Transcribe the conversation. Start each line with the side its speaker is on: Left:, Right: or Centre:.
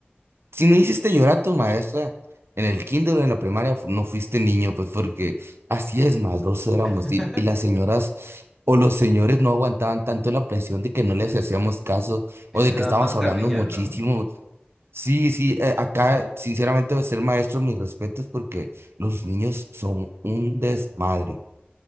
Right: si no hiciste llorar a tu maestra en el kinder o en la primaria, fu- no fuiste niño, pues porque así es, maldoso éramos.
Centre: <laughs>
Right: Y, y las señoras o los señores no aguantaban tanto la presión de que no les hacíamos caso
Centre: Es
Right: o de
Centre: que
Right: que
Centre: dan
Right: estábamos
Centre: más carrilla,
Right: hablando muchísimo.
Centre: ¿no?
Right: Sí, sí, eh, acá sinceramente ser maestro, mis respetos, porque los niños son un desmadre.